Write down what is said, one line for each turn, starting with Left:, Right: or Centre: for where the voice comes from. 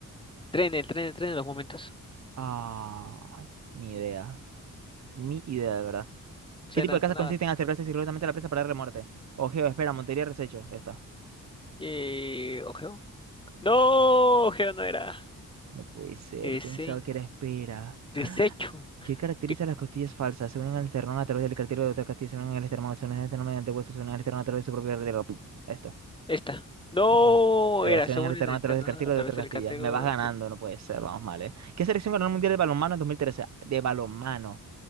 Left: Tren, el tren, el tren en los momentos.
Right: Ay, ni idea. Ni idea, de verdad.
Left: Suena,
Right: ¿Qué tipo de casas
Left: suena.
Right: consiste en acercarse sigilosamente a la presa para darle muerte? Ojeo, espera, Montería, Resecho. Esta.
Left: Eh, ojeo. No, ojeo no era.
Right: No puede ser.
Left: Ese.
Right: Pensaba que era espera. <gasps>
Left: Desecho.
Right: ¿Qué caracteriza
Left: ¿Qué?
Right: las costillas falsas? Se unen al esternón a través del cartílago de otra costilla, se unen al esternón, se unen al esternón mediante huesos, se unen al esternón a través de su propia arteria. Esta.
Left: Esta. No,
Right: No tengo ni idea.
Left: era,
Right: Se
Left: según
Right: unen al esternón
Left: en esta,
Right: a través
Left: ¿no?
Right: del cartílago
Left: A través
Right: de otra costilla.
Left: del catego
Right: Me vas
Left: de
Right: ganando,
Left: otra.
Right: no puede ser, vamos mal, ¿eh? ¿Qué selección ganó el Mundial de Balonmano en 2013? De balonmano,